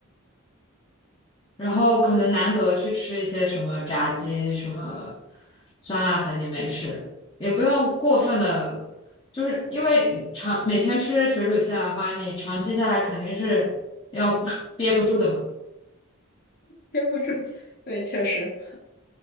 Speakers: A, on the left; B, on the left.
A: 然后可能难得去吃一些什么炸鸡、什么酸辣粉也没事，也不用过分的，就是因为长每天吃水煮西兰花，你长期下来肯定是要 <laughs> 憋不住的嘛。
B: 憋不住，对，确实，